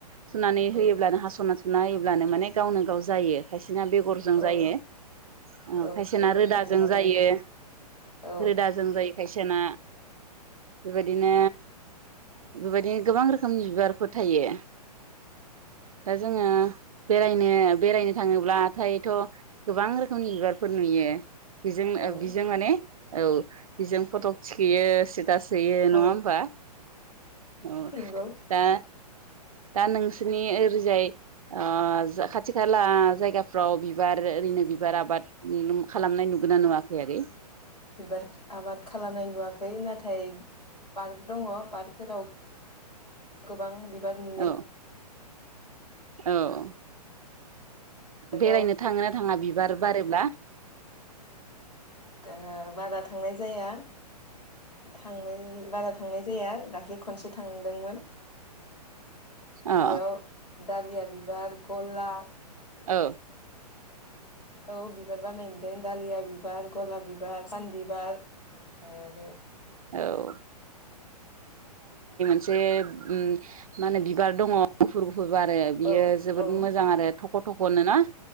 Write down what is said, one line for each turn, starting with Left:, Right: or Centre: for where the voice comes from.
Right: थुनानै होयोब्लानो हास'ना नायोब्लानो माने गावनो गाव जायो खायसेना बेगरजों
Left: औ
Right: जायो ओ
Left: औ
Right: खायसेना
Left: बेगर
Right: रोदा
Left: फोना होबा
Right: जायो
Left: औ
Right: रोदाजों जायो खायसे सेना बेबायदिनो बेबायदिनो गोबां रोखोमनि बिबारफोर थायो दा जोङो बेरायनो बेरायनो थाङोब्लाथायथ' गोबां रोखोमनि बिबारफोर नुयो बेजोंनो
Left: औ
Right: बेजों माने औ बेजों फट' थिखैयो स्टेटास होयो नङा
Left: औ
Right: होमबा औ
Left: नंगौ
Right: दा दा नों <unintelligible> रिजाय ओ खाथि खाला जायगाफ्राव बिबार ओरैनो बिबार आबाद खालामनाय नुब नुगोना नुवाखै आगै?
Left: बिबार आबाद खालामनाय नुवाखै नाथाय पार्क दङ पार्कफोराव गोबां बि बिबार नुनाय
Right: औ औ
Left: बिबारखौ
Right: बेरायनो थाङो ना थाङा बिबार, बारोबा
Left: ओ बारा थांनाय जाया थांनाय बारा थांनाय जाया दा दाखलि खनसे थांदोंमोन।
Right: औ
Left: बेयाव दालिया बिबार गला
Right: ओ
Left: औ बिबार बारनाय नुदों दालिया बि बिबार गलाब बिबार सान बिबार आरो
Right: औ जे उम मा होनो बिबार दङ गुफुर फुर आरो बियो
Left: औ
Right: जोबोद
Left: औ
Right: मोजां आरो थ फट' हरनो ना?